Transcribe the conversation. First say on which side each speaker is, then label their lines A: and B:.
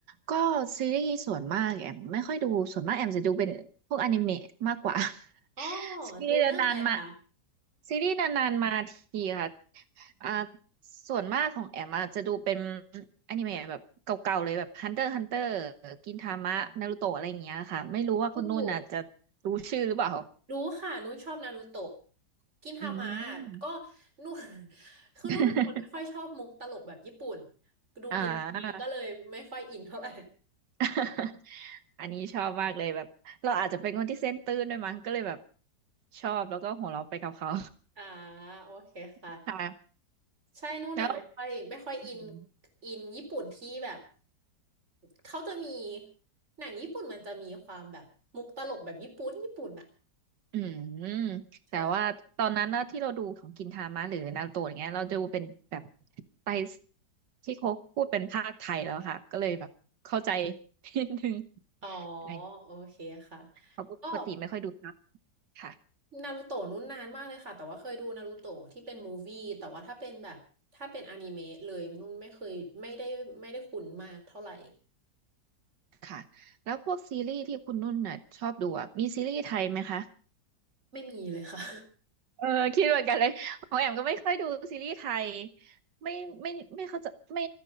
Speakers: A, on the right (about 85°); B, on the right (about 40°).
A: ก็ซีรีส์ส่วนมากแอมไม่ค่อยดูส่วนมากแอมจะดูเป็นพวกอนิเมะมากกว่า
B: อ๋อ
A: <laughs> ซีรีส์นานๆมา
B: ดูเรื่องอะไรคะ
A: ซีรีส์นานๆมาทีค่ะอ่าส่วนมากของแอมอะจะดูเป็นอนิเมะแบบเก่าๆเลยแบบ Hunter x Hunter กินทามะนารูโตะอะไรอย่างเงี้ยค่ะไม่รู้ว่าคุณนุ่นอ่ะจะรู้ชื่อหรือเปล่า
B: ดูรู้ค่ะนุ้ชอบนารูโตะกินทามะ
A: อืม
B: ก็นุ้ <laughs> คือนุ้ยเป็นคนไม่ค่อยชอบมุกตลกแบบญี่ปุ่น
A: <laughs>
B: ดูกินทามะก็เลยไม่ค่อยอินเท่าไหร่
A: อ่า <laughs> อันนี้ชอบมากเลยแบบเราอาจจะเป็นคนที่เซนส์ตื้นด้วยมั้งก็เลยแบบชอบแล้วก็หัวเราะไปกับเขา
B: อ่าโอเคค่ะ
A: <laughs> ค่ะ
B: ใช่นู่นอ่ะไม่ค่อยไม่ค่อยอิน
A: แล้วอืม
B: อินญี่ปุ่นที่แบบเขาจะมีหนังญี่ปุ่นมันจะมีความแบบมุกตลกแบบญี่ปุ่นญี่ปุ่นอ่ะ
A: อืม
B: ใช่
A: แต่ว่าตอนนั้นนะที่เราดูของกินทามะหรือนารูโตะอย่างเงี้ยเราดูเป็นแบบไปที่เขาพูดเป็นภาคไทยแล้วค่ะก็เลยแบบเข้าใจ <laughs> นิดนึง
B: อ๋อ
A: อะไร
B: โอเคค่ะ
A: เขาะปกติไม่ค่อยดูซับ
B: ก็
A: ค่ะ
B: นารูโตะนู้นนานมากเลยค่ะแต่ว่าเคยดูนารูโตะที่เป็นมูฟวี่แต่ว่าถ้าเป็นแบบถ้าเป็นอนิเมะเลยนุ่นไม่เคยไม่ได้ไม่ได้คุ้นมากเท่าไหร่
A: ค่ะแล้วพวกซีรีส์ที่คุณนุ่นน่ะชอบดูอ่ะมีซีรีส์ไทยไหมคะ
B: ไม่มีเลยค่ะ
A: เออคิดเหมือนกันเลยของแอมก็ไม่ค่อยดูซีรีส์ไทยไม่ไม่ไม่เข้าใจไม่